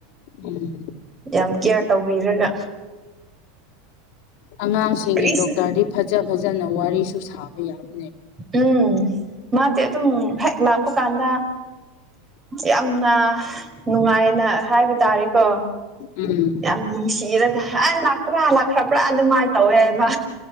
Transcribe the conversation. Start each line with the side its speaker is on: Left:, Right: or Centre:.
Left: ꯎꯝ
Right: ꯌꯥꯝ ꯀꯤꯌ꯭ꯔ ꯇꯧꯕꯤꯔꯒ
Left: ꯑꯉꯥꯡꯁꯤꯡꯒꯤ
Right: ꯀꯔꯤꯁꯨ
Left: ꯗꯣꯛꯇ꯭ꯔꯗꯤ ꯐꯖꯥ ꯐꯖꯥꯅ ꯋꯥꯔꯤꯁꯨ ꯁꯥꯕ ꯌꯥꯏ
Right: ꯑꯝ ꯃꯥꯗꯤ ꯑꯗꯨꯝ ꯍꯦꯛ ꯂꯥꯛꯄ ꯀꯥꯟꯗ ꯌꯥꯝꯅ ꯅꯨꯡꯉꯥꯏꯅ ꯍꯥꯏꯕ ꯇꯥꯔꯦꯀꯣ
Left: ꯎꯝ
Right: ꯌꯥꯝ ꯅꯨꯡꯁꯤ ꯁꯤꯔꯒ ꯍꯥꯏ ꯂꯥꯛꯄ꯭ꯔꯥ ꯂꯥꯛꯈ꯭ꯔꯕ ꯑꯗꯨꯝꯃꯥꯏꯅ ꯇꯧꯌꯦꯕ